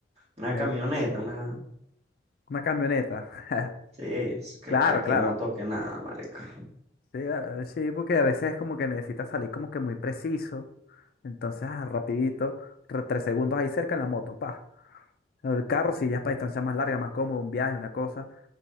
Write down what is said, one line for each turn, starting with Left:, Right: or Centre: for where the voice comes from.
Right: una
Left: Me-
Right: camioneta, una...
Left: una camioneta. <laughs>
Right: Sí, es que,
Left: Claro,
Right: que, que
Left: claro.
Right: moto que nada, marica.
Left: Sí, ah, sí, porque a veces es como que necesitas salir como que muy preciso. Entonces, ah, rapidito, tre- tres segundos ahí cerca en la moto, pa. El carro, si ya es para distancia más larga, más cómodo, un viaje, una cosa.